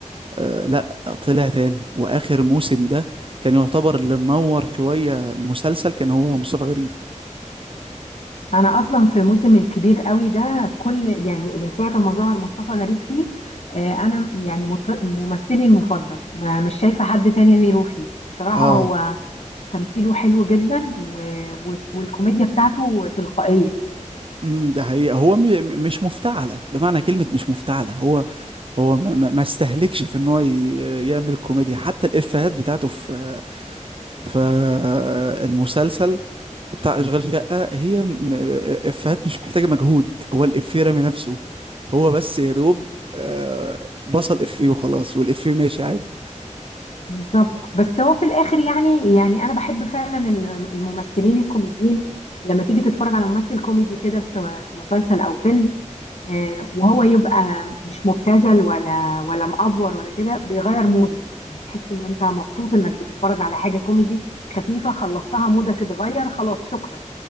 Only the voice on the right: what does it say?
آه لا طلع تاني وآخر موسم ده كان يعتبر اللي منور شوية المسلسل كان هو مصطفى غريب
اه
امم ده حقيقة هو م م- مش مفتعلة بمعنى كلمة مش مفتعلة هو هو ما, ما ما استهلكش في ان هو ي- يعمل الكوميديا حتى الإفيهات بتاعته في فالمسلسل بتاع اشغال شقة هي م- افيهات مش محتاجة مجهود هو الافيه رامي نفسه هو بس يا دوب آه، بصل افيه وخلاص والافيه ماشي عادي